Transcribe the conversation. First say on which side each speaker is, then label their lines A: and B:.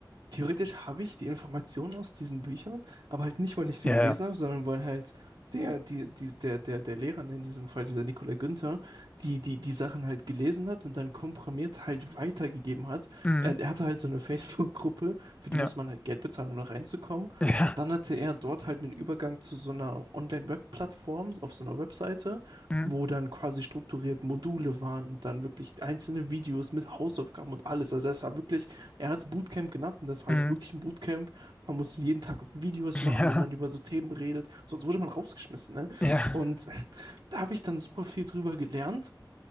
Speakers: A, on the right; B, on the left.
A: Theoretisch habe ich die Informationen aus diesen Büchern, aber halt nicht, weil ich sie
B: ja,
A: gelesen
B: ja.
A: habe, sondern weil halt der, die, die, der, der, der Lehrer, ne, in diesem Fall dieser Nikolai Günther, die, die, die Sachen halt gelesen hat und dann komprimiert halt weitergegeben hat.
B: Mhm.
A: Er, er hatte halt so eine <laughs> Facebook-Gruppe, für die
B: Ja,
A: muss man halt Geld bezahlen, um da reinzukommen.
B: <laughs>
A: Und dann
B: ja,
A: hatte er dort halt einen Übergang zu so einer Online-Web-Plattform auf so einer Webseite,
B: mm,
A: wo dann quasi strukturiert Module waren und dann wirklich einzelne Videos mit Hausaufgaben und alles. Also das war wirklich er hat es Bootcamp genannt und das ist halt
B: mm,
A: wirklich ein Bootcamp. Man musste jeden Tag Videos
B: ja,
A: machen, wo man über so Themen redet, sonst wurde man rausgeschmissen. Ne?
B: ja,
A: Und <laughs> da habe ich dann super viel drüber gelernt,